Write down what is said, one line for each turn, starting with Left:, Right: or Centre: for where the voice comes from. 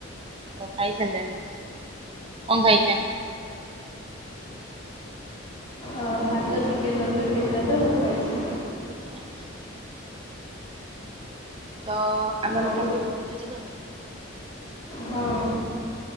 Right: ଓ ଖାଇ ସାରିଲେଣି କଣ ଖାଇଛନ୍ତି?
Left: ଅ ଭାତ ଚିକେନ ତରକାରୀ ହେଇଥିଲା ତ ଖାଇଛି।
Right: ଆଚ୍ଛା। ତ ଆମେ ଆମ
Left: ଆଉ
Right: ଟପିକ ଉପରକୁ ଯିବା।
Left: ହଁ।